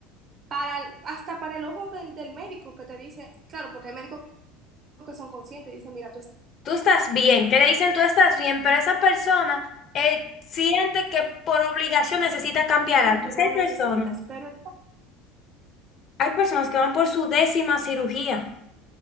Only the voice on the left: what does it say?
tú estás bien, que le dicen tú estás bien, pero esa persona eh, siente que por obligación necesita cambiar
algo.
Así
hay
personas.
Hay personas que van por su décima cirugía,